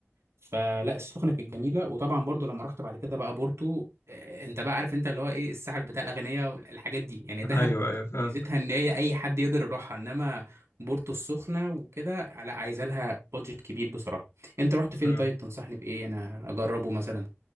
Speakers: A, on the right (about 85°); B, on the left (about 80°).
A: فلا السخنه كانت جميله وطبعا برضو لما رحت بعد كده بقى بورتو آه، انت بقى عارف انت اللي هو ايه الساحل بتاع الاغنياء والحاجات دي يعني دهب
B: ايوه ايوه فهمت
A: ميزتها ان هي اي حد يقدر يروحها انما بورتو السخنه وكده لا عايزه لها بادجت كبير بصراحه انت رحت فين
B: اه
A: طيب تنصحني بايه انا اجربه مثلا